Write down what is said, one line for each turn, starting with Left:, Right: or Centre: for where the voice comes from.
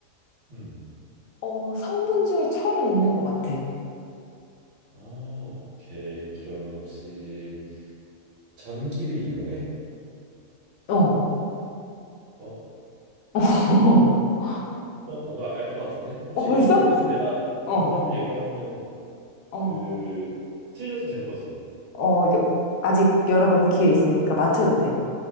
Right: 응.
Left: 어, 성분 중에 철은 있는 것 같아.
Right: 아, 오케이. 그러면 혹시 전기를 이용해?
Left: 어.
Right: 어,
Left: <laughs>
Right: 어, 뭔가 알 것 같은데? 혹시
Left: 어, 벌써?
Right: 여기서 내가
Left: 어,
Right: 정답을 얘기하면은
Left: 어,
Right: 그 틀려도 되는 거지.
Left: 어. 이게 아직 여러 번 기회 있으니까 맞춰도 돼.